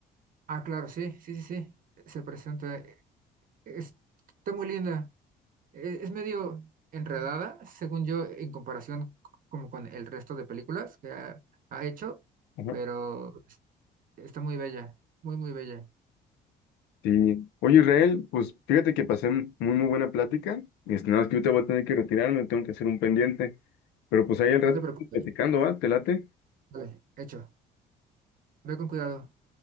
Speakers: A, on the right; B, on the left.
A: Ah, claro, sí, sí, sí, sí. Se presenta. eh, es- está muy linda. Eh, Es, medio enredada, según yo, en comparación c- como con el resto de películas que ha, ha hecho,
B: Ajá.
A: pero está muy bella, muy, muy bella.
B: Sí. Oye, Israel, pues fíjate que pasé muy, muy buena plática. Este, nada más que yo te voy a tener que retirarme, tengo que hacer un pendiente. Pero pues ahí al rato
A: No te preocupes.
B: platicando, ¿va? ¿Te late?
A: Vale, hecho. Ve con cuidado.